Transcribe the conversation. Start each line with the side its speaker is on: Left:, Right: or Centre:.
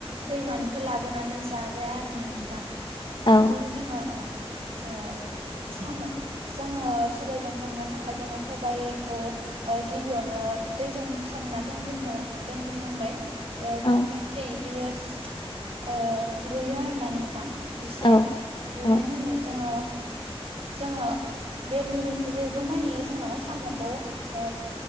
Right: दैमानिफ्राय लाबोनानै जाजाया आरोना नोंथां।
Left: औ
Right: बिदिनो जोङो अ ओ साम' जोङो सबजों संनो थाखाय जोङो सबाइखौ गिबियावनो दैजों सोमना दोनग्रोनो दोनग्रोनांबाय जों
Left: औ
Right: जाहाथे बेयास ओ रुइयो आरोना नोंथां। एसे
Left: औ
Right: रुइनायनि
Left: औ
Right: उनाव जोङो जोङो बे रुइ रुइ गौमानि जोङो साम'खौ ओ